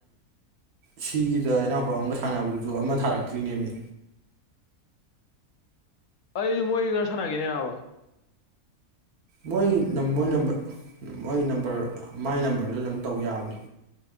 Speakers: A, on the right (about 80°); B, on the left (about 65°).
A: ꯁꯤꯒꯤꯗ ꯏꯅꯥꯎꯄꯥ ꯑꯃꯒ ꯁꯥꯟꯅꯕꯗꯨꯁꯨ ꯑꯃ ꯊꯥꯔꯛꯀꯦ ꯇ꯭ꯔꯤꯅꯦ ꯃ
B: ꯑꯩꯗꯨ ꯃꯣꯍꯤꯒꯔ ꯆꯅꯥꯒꯅꯤꯅꯦ ꯅꯅꯥꯋꯥ
A: ꯃꯣꯏ ꯃꯣꯏ ꯅꯝꯕꯔ ꯃꯣꯏ ꯅꯝꯕꯔ ꯃꯥꯏ ꯅꯝꯕꯔꯗꯨꯗ ꯑꯗꯨꯝ ꯇꯧ ꯌꯥꯕꯅꯤ